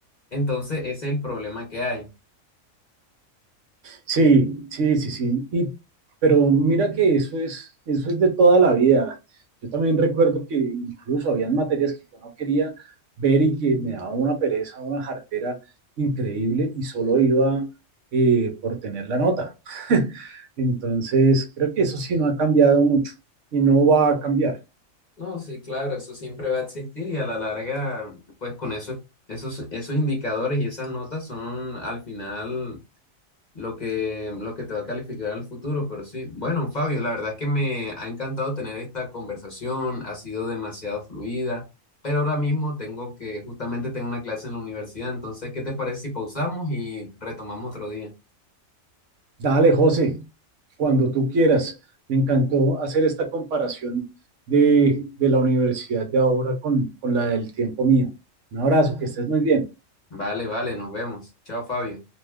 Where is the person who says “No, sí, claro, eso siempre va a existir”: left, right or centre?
Left